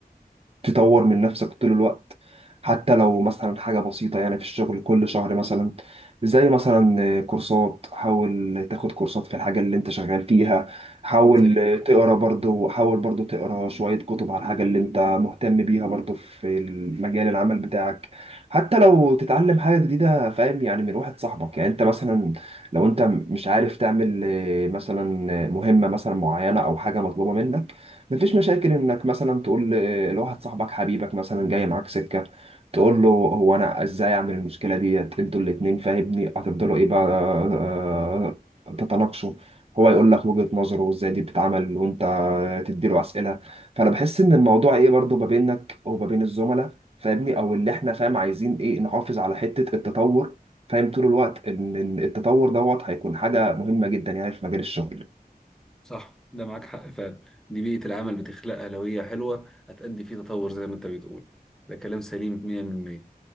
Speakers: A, on the right (about 40°); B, in the centre.
A: تطور من نفسك طول الوقت حتى لو مثلا حاجة بسيطة يعني في الشغل كل شهر مثلا زي مثلا كورسات حاول تاخد كورسات في الحاجة اللي انت شغال فيها حاول
B: من سليم
A: تقرا برضو حاول برضو تقرا شوية كتب على الحاجة اللي انت مهتم بيها برضو في مجال العمل بتاعك حتى لو تتعلم حاجة جديدة فاهم يعني من واحد صاحبك يعني انت مثلا لو انت مش عارف تعمل آه، مثلا آه، مهمة مثلا معينة او حاجة مطلوبة منك مفيش مشاكل انك مثلا تقول آه، لواحد صاحبك حبيبك مثلا جاي معاك سكة تقول له هو انا ازاي اعمل المشكلة ديت انتوا الاتنين فاهمني هتفضلوا ايه بقى آه، آه، تتناقشوا هو يقول لك وجهة نظره وازاي دي بتتعمل وانت تديله اسئلة فانا بحس ان الموضوع ايه برضو ما بينك وما بين الزملاء فاهمني او اللي احنا فاهم عايزين ايه نحافظ على حتة التطور فاهم طول الوقت ان إن التطور دوت هيكون حاجه مهمه جدا يعني في مجال الشغل
B: صح ده معاك حق فعلا دي بيئة العمل بتخلقها لو هي حلوة هتأدي فيه تطور زي ما انت بتقول ده كلام سليم 100%